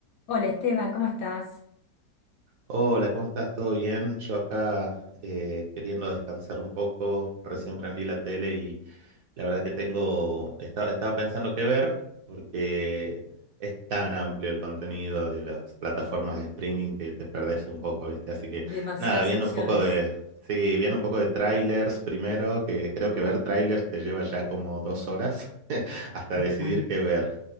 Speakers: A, on the left; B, on the right.
A: Hola Esteban, ¿cómo estás?
B: Hola, ¿cómo estás? ¿Todo bien? Yo acá eh, queriendo descansar un poco, recién prendí la tele y la verdad que tengo, estaba, estaba pensando qué ver porque es tan amplio el contenido de las plataformas de streaming que te perdés un poco, ¿viste? Así que
A: Demasiadas
B: nada, viendo
A: opciones.
B: un poco de, sí, viendo un poco de trailers primero, que creo que ver trailers te lleva ya como dos horas <laughs> hasta
A: Total.
B: decidir qué ver.